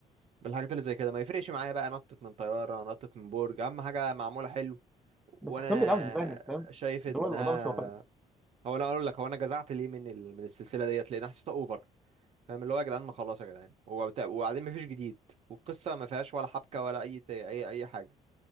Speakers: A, on the right; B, in the centre.
A: بالحاجات اللي زي كده ما يفرقش معايا بقى نطت من طياره نطت من برج اهم حاجه معموله حلو وانا
B: بس حسهم بيلعبوا بدماغك فاهم
A: شايف
B: اللي
A: انها
B: هو الموضوع مش واقعي
A: هو انا اقول لك هو انا جزعت ليه من ال... من السلسله ديت لان حسيتها اوفر فاهم اللي هو يا جدعان ما خلاص يا جدعان وبت... وبعدين مفيش جديد والقصه ما فيهاش ولا حبكه ولا اي اي اي حاجه